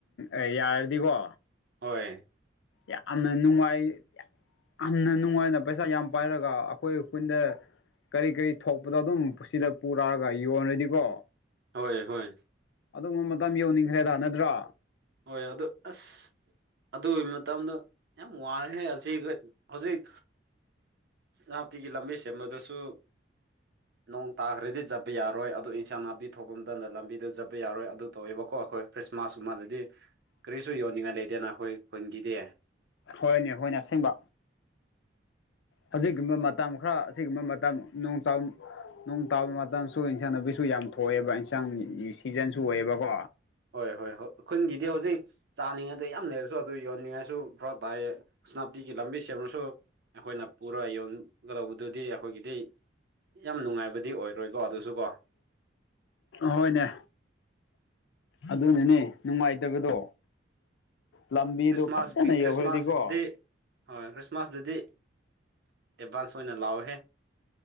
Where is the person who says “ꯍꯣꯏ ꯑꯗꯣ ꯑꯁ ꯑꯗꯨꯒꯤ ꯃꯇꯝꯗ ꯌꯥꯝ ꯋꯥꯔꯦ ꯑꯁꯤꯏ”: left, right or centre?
Right